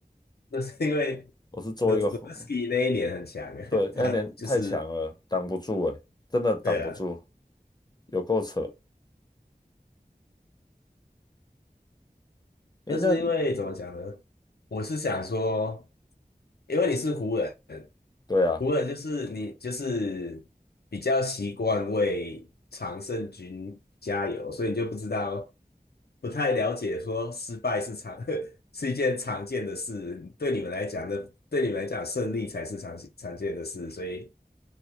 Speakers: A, on the left; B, on the left.
A: 那是因为
B: 我是做一个火，
A: 诺诺维斯基那一年很强，
B: 对，
A: <laughs> 他就是
B: 那一年太强了，挡不住诶、真的挡不住，
A: 对啊，
B: 有够扯。诶、
A: 但是因为怎么讲呢？
B: 那
A: 我是想说，因为你是湖人，
B: 对啊，
A: 湖人就是你就是比较习惯为常胜军加油，所以你就不知道，不太了解说失败是常 <laughs> 是一件常见的事，对你们来讲的，对你们来讲胜利才是常常见的事，所以